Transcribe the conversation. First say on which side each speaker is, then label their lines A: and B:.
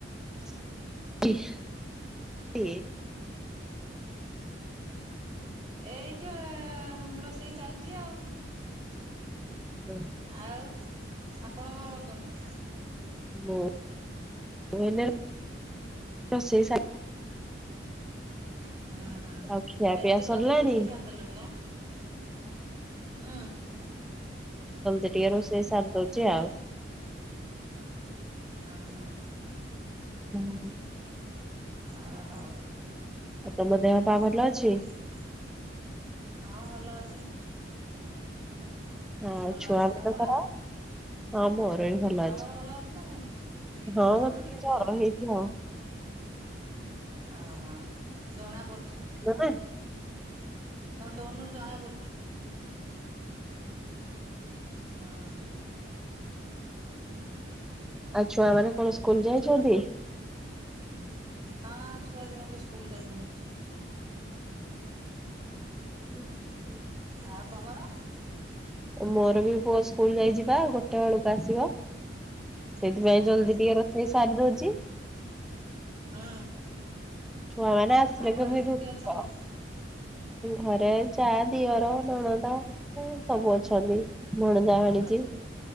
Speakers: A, in the centre; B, on the right.
A: <inaudible>
B: ଏଇ---ରୋଷେଇ ଚାଲ୍ଚି ଆଉ।
A: ହୁଁ, ଉ।
B: ଆଉ ଆପଣ କ'ଣ କରୁଚ?
A: <inaudible>
B: <inaudible>
A: <inaudible> ତ ସେଇଥି
B: ଏତେ
A: ପାଇଁ ଜଲ୍ଦି
B: ରୋଷେଇ ସାରିଦେଲଣି ଆଁ ହୁଁ
A: ଟିକେ ରୋଷେଇ ସାର୍ ଦଉଚି
B: ହୁଁ
A: ଆଉ।
B: ହଁ, ହଁ।
A: ହୁଁ।
B: ଅ, ହଉ
A: ଆଉ ତମ ଦେହ
B: <unintelligible>
A: ପା ଭଲ ଅଛି?
B: ହଁ, ଭଲ ଅଛି।
A: ହଁ,
B: ଭଲ
A: ଛୁଆ
B: ଅଛି
A: ବଧ
B: ତମର
A: କରାଅ। ହଁ, ମୋର ବି ଭଲ
B: ତମର
A: ଅଛି,
B: ନା ନାଇଁ
A: ହିଁ
B: ହଁ
A: ମତେ
B: ହଁ
A: ଟିକେ ଜର ହେଇ <unintelligible>
B: ଅ ହଁ, ଜଣା ପଡ଼ୁଛି।
A: ଦ ଦେଇ। <unintelligible>
B: ତମ ଟୋନ୍ ରୁ ଜଣା ପଡୁଛି। ହଁ।
A: ଆଉ ଛୁଆ ମାନେ କଣ ସ୍କୁଲ ଯାଇଛନ୍ତି?
B: ହଁ, ଛୁଆ ଦି ଆଙ୍କେ ସ୍କୁଲ ଯାଇଛନ୍ତି।
A: <unintelligible>
B: ଆଉ ତମର?
A: ମୋର ବି ପୁଅ ସ୍କୁଲ ଯାଇଛି ବା ଗୋଟେ ବେଳକୁ ଆସିବ। ସେଇଥି ପାଇଁ
B: ଉୁଁ
A: ଜଲ୍ଦି
B: ହୁଁ
A: ଟିକେ ରୋଷେଇ ସାରି ଦଉଛି।
B: ହୁଁ।
A: ଛୁଆ ମାନେ ଆସଲେ
B: ଆଉ ଘରେ
A: କେବେ
B: ସବୁ
A: ଧୂତ
B: କିଏ ଅଛନ୍ତି?
A: ଘରେ ଯା ଦିଅର ନଣଦ ସବୁ ଅଛନ୍ତି। ଭଣଜା,
B: ସମସ୍ତେ
A: ଭାଣିଜୀ,
B: ଅଛନ୍ତି